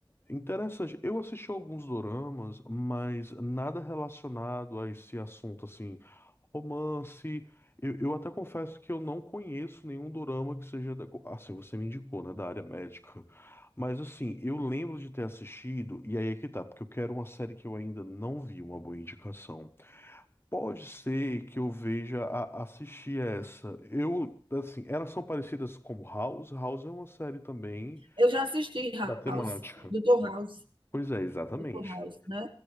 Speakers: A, on the left; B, on the right.
A: Interessante. Eu assisti alguns doramas, mas nada relacionado a esse assunto, assim, romance. Eu, eu até confesso que eu não conheço nenhum dorama que seja da, assim, você me indicou, né, da área médica. Mas assim, eu lembro de ter assistido, e aí é que tá, porque eu quero uma série que eu ainda não vi, uma boa indicação. Pode ser que eu veja a, assistir essa. Eu, assim, elas são parecidas como House. House é uma série também
B: Eu já assisti
A: da temática.
B: House, Dr. House.
A: Pois é, exatamente.
B: Doutor House, né?